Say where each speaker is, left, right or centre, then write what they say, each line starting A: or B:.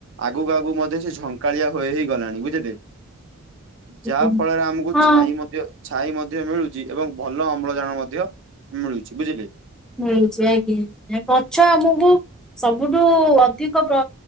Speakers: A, on the right; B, in the centre.
A: ଆଗୁକୁ ଆଗୁକୁ ମଧ୍ୟ ସେ ଝଙ୍କାଳିଆ ହୋଇ ହେଇ ଗଲାଣି ବୁଝିଲେ।
B: ଆଜ୍ଞା
A: ଯାହା ଫଳରେ ଆମକୁ
B: ହଁ
A: ଛାଇଁ ମଧ୍ୟ ଛାଇ ମଧ୍ୟ ମିଳୁଚି ଏବଂ ଭଲ ଅମ୍ଳଜାନ ମଧ୍ୟ ମିଳୁଚି ବୁଝିଲେ।
B: ମିଳୁଚି ଆଜ୍ଞା ଏ ଗଛ ଆମୁକୁ ସବୁଠୁ ଅଧିକ ପ୍ର